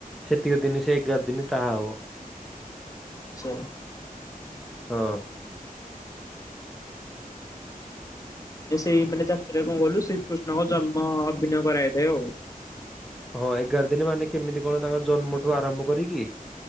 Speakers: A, in the centre; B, on the left (about 20°).
A: ସେତିକି ଦିନ ସେ ଏଗାର ଦିନ ତାହା ହବ।
B: <unintelligible>
A: ହଁ।
B: ମାନେ ସେଇ ମାନେ ଯାତ୍ରାରେରେ କଣ କଲୁ ଶ୍ରୀକୃଷ୍ଣଙ୍କ ଜନ୍ମ ଅଭିନୟ କରାାଇଥାଏ ଆଉ।
A: ହଁ ଏଗାର ଦିନ ମାନେ କେମିତି କଣ ତାଙ୍କ ଜନ୍ମଠୁ ଆରମ୍ଭ କରିକି